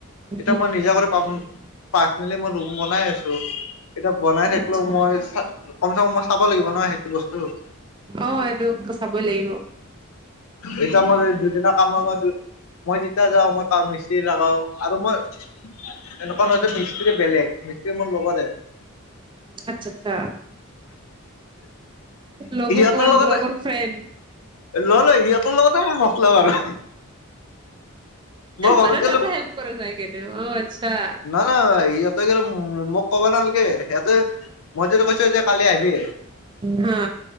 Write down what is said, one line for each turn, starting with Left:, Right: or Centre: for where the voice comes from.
Left: এতিয়া
Right: উম
Left: মই নিজা কৰি পাৰ্চনেলি মই ৰুম বনাই আছোঁ এতিয়া বনাই থাকিলোও
Right: আচ্ছা
Left: মই কমচে কম মই চাব লাগিব ন' সেইটো বস্তু।
Right: অ' এইটো চাবই লাগিব।
Left: এতিয়া মোৰ দুদিনৰ কামৰ মই মই যেতিয়া যাওঁ মই কাম মিস্ত্ৰীৰী লগাওঁ। আৰু মই এনেকুৱা নহয় যে মিস্ত্ৰীৰ বেলেগ। মিস্ত্ৰী মোৰ লগৰে।
Right: আচ্ছা আচ্ছা লগৰ
Left: সিহঁতৰ লগত
Right: লগৰ ফ্ৰেন।
Left: নহয় নহয় সিহঁতৰ লগতে মই মতলব মাৰু। ঘৰত
Right: মানে
Left: গ'লে
Right: তাতো হেল্প কৰা যায়। কেতিয়াবা অ' আচ্ছা।
Left: নহয় নহয় সিহঁতে কি মোক কব নালাগে সিহঁতে। মই যদি কৈছো এতিয়া যে কালি আহিবি
Right: হা।